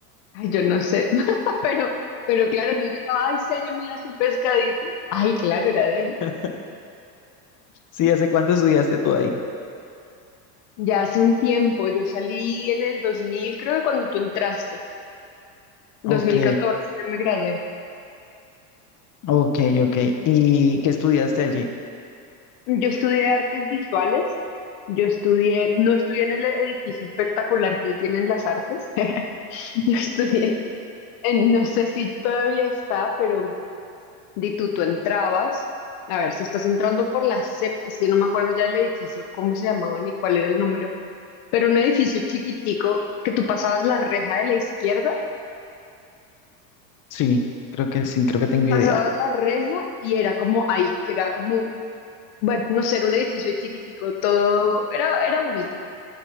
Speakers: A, on the left (about 60°); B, on the left (about 40°).
A: Ay, yo no sé, <laughs> pero, pero claro, no llegaba, ay, señor, me das un pescadito. Ay, claro, era deli.
B: <laughs> Sí, ¿hace cuánto estudiaste tú ahí?
A: Ya hace un tiempo, yo salí en el 2000, creo que cuando tú entraste, 2014,
B: Ok,
A: yo me gradué.
B: ok, ok. ¿Y qué estudiaste allí?
A: Yo estudié artes visuales. Yo estudié, no estudié en el edificio espectacular que hoy tienen las artes. <laughs> Yo estudié, en- no sé si todavía está, pero di tú, tú entrabas. A ver, si estás entrando por la séptima, es que no me acuerdo ya del edificio, cómo se llamaba ni cuál era el número, pero un edificio chiquitico que tú pasabas la reja de la izquierda,
B: Sí, creo que sí, creo que tengo
A: pasabas
B: idea.
A: la reja y era como ahí, que era como, bueno, no sé, era un edificio chiquitico, todo era, era bonito.